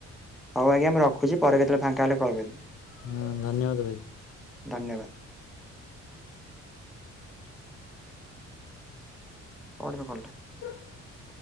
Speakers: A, in the centre; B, on the left (about 55°).
A: ହଉ ଆଜ୍ଞା ମୁ ରଖୁଛି ପରେ କେତେବେଳେ ଫାଙ୍କା ହେଲେ କଲ୍ କରିବି।
B: ହୁଁ ଧନ୍ୟବାଦ ଭାଇ।
A: ଧନ୍ୟବାଦ। <unintelligible>
B: <inaudible>